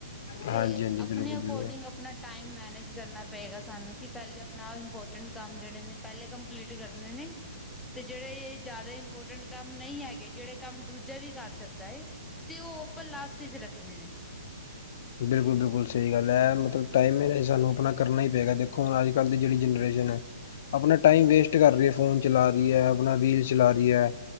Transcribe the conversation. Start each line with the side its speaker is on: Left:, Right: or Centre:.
Left: ਹਾਂਜੀ
Centre: ਤੇ
Left: ਹਾਂਜੀ
Centre: ਆਪਣੇ
Left: ਬਿਲਕੁਲ
Centre: ਅਕੋਰਡਿੰਗ
Left: ਬਿਲਕੁਲ
Centre: ਆਪਣਾ ਟਾਈਮ ਮੈਨੇਜ ਕਰਨਾ ਪਏਗਾ, ਸਾਨੂੰ ਕਿ ਪਹਿਲੇ ਆਪਣਾ ਇੰਪੋਟ ਕੰਮ ਜਿਹੜੇ ਨੇ ਪਹਿਲੇ ਕੰਪਲੀਟ ਕਰਨੇ ਨੇ, ਤੇ ਜਿਹੜੇ ਇਹ ਜ਼ਿਆਦਾ ਇੰਪੋਰਟੈਂਟ ਕੰਮ ਨਹੀਂ ਹੈਗੇ ਜਿਹੜੇ, ਕੰਮ ਦੂਜਾ ਵੀ ਕਰ ਸਕਦਾ ਹੈ, ਤੇ ਉਹ ਆਪਾਂ ਲਾਸਟ ਵਿੱਚ ਰੱਖਨੇ ਨੇ,
Left: ਬਿਲਕੁਲ-ਬਿਲਕੁਲ ਸਹੀ ਗੱਲ ਹੈ, ਮਤਲਬ ਟਾਈਮ ਸਾਨੂੰ ਆਪਣਾ ਕਰਨਾ ਹੀ ਪਏਗਾ ਦੇਖੋ ਹੁਣ ਅੱਜ-ਕੱਲ੍ਹ ਦੀ ਜਿਹੜੀ ਜਨਰੇਸ਼ਨ ਆਪ ਟਾਈਮ ਵੇਸਟ ਕਰ ਰਹੀ ਹੈ ਫੋਨ ਚਲਾ ਰਹੀ ਹੈ, ਆਪਣਾ ਰੀਲ ਚਲਾ ਰਹੀ ਹੈ